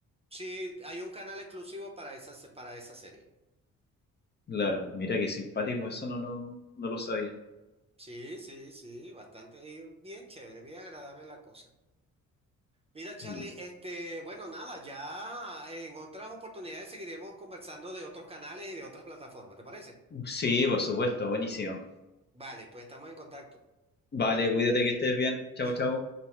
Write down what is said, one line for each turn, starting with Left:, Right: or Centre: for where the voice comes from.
Right: Sí, hay un canal exclusivo para esa, se- para esa serie.
Left: Claro, mira qué simpático, eso no lo, no lo sabía.
Right: Sí, sí, sí, bastante. Y bien chévere, bien agradable la cosa. Mira, Charlie,
Left: El-
Right: este, bueno, nada, ya en otras oportunidades seguiremos conversando de otros canales y de otras plataformas, ¿te parece?
Left: Sí, por supuesto, buenísimo.
Right: Vale, pues estamos en contacto.
Left: Vale, cuídate que estés bien. Chao,
Right: Igual.
Left: chao.